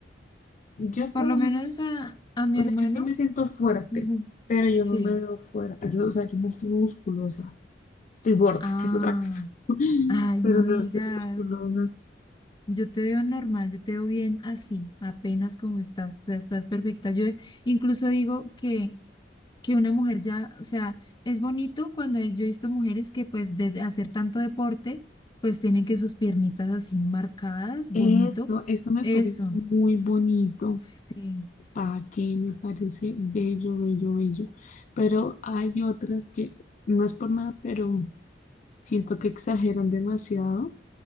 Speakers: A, on the left (about 45°); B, on the left (about 25°).
A: Yo
B: Por
A: por
B: lo
A: lo
B: menos
A: menos,
B: a, a mi
A: o
B: hermano.
A: sea, yo sí me siento fuerte,
B: Ujú.
A: pero yo
B: Sí.
A: no me veo fuerte. Yo, o sea, yo no estoy musculosa. Estoy gorda,
B: Ah,
A: que es otra cosa. <laughs>
B: ay,
A: Pero
B: no
A: no
B: digas.
A: estoy musculosa.
B: Yo te veo normal, yo te veo bien así, apenas como estás, o sea, estás perfecta. Yo incluso digo que, que una mujer ya, o sea, es bonito cuando yo he visto mujeres que pues de de hacer tanto deporte, pues tienen que sus piernitas así marcadas, bonito.
A: Eso, eso me
B: Eso,
A: parece muy bonito.
B: sí,
A: Pa' que me parece bello, bello, bello. Pero hay otras que, no es por nada, pero siento que exageran demasiado